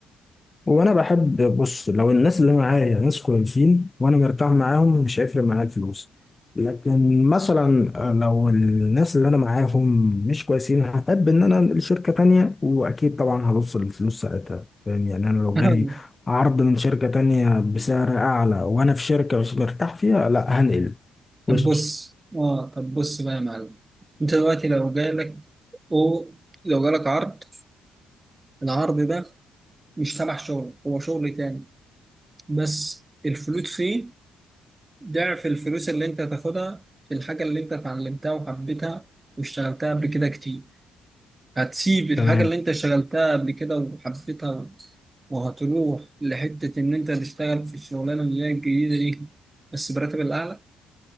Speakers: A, on the left; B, on the right.
A: وانا بحب بص لو الناس اللي معايا ناس كويسين وانا مرتاح معاهم مش هيفرق معايا الفلوس لكن مثلا آه، لو الناس اللي انا معاهم مش كويسين هحب ان انا انقل شركة تانية واكيد طبعا هبص للفلوس ساعتها فاهم يعني انا لو
B: <laughs>
A: جالي عرض من شركة تانية بسعر اعلى وانا في شركة مش مرتاح فيها لا هنقل
B: طب
A: وش
B: بص اه طب بص بقى يا معلم انت دلوقتي لو جالك او لو جالك عرض العرض ده مش تبع شغل هو شغل تاني بس الفلوس فيه ضعف الفلوس اللي انت هتاخدها في الحاجة اللي انت اتعلمتها وحبيتها واشتغلتها قبل كده كتير هتسيب الحاجة
A: تمام
B: اللي انت اشتغلتها قبل كده وحبيتها وهتروح لحتة إن أنت تشتغل في الشغلانة اللي هي الجديدة دي بس براتب الأعلى